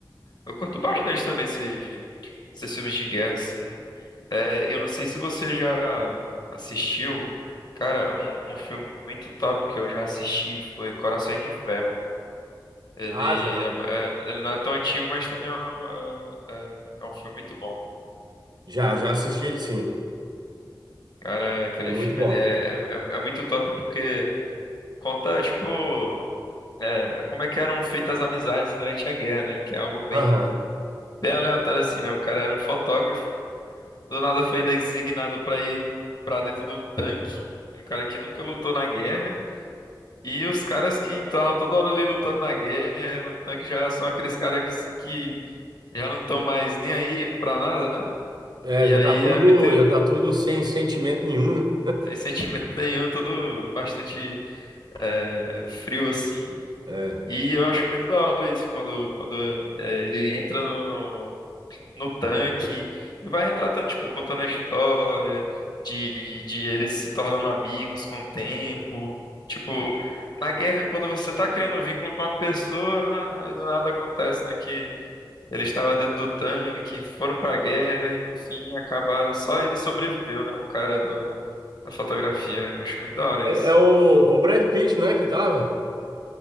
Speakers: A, on the left (about 60°); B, on the right (about 60°).
A: eu curto bastante também esse- esses filmes de guerra, assim. É, eu não sei se você já assistiu, cara, um, um filme muito top que eu já assisti foi Corações de Ferro. Ele,
B: Ah, já.
A: é, é- ele não é tão antigo, mas também é, um é- é um filme muito bom.
B: Já, já assisti ele sim.
A: Cara, aquele
B: É muito
A: filme
B: bom.
A: ele é, é, é muito top porque conta, tipo, é, como é que eram feitas as amizades durante a guerra, né? Que é algo bem
B: Aham.
A: bem aleatório assim, né? O cara era um fotógrafo, do nada foi designado pra ir pra dentro de um tanque, um cara que nunca lutou na guerra, e os caras que estavam toda hora ali lutando na guerra, no tanque, já são aqueles caras que sim que já não estão mais nem aí pra nada, né?
B: É,
A: E
B: já
A: aí
B: tá tudo,
A: é muito
B: já tá tudo sem sentimento nenhum, né?
A: sem sentimento <laughs> nenhum, tudo bastante é, frio assim.
B: É.
A: E eu acho muito da hora isso, quando, quando é, ele entra no, no- no tanque e vai retratando, tipo, contando a história de, de eles se tornando amigos com o tempo. Tipo, na guerra, quando você tá criando um vínculo com uma pessoa, aí do nada acontece, né, que eles estavam dentro do tanque, foram pra guerra e no fim acabaram, só ele sobreviveu, né, o cara do, da fotografia. Eu acho muito da hora
B: É,
A: isso.
B: é o, o Brad Pitt, né, que tava?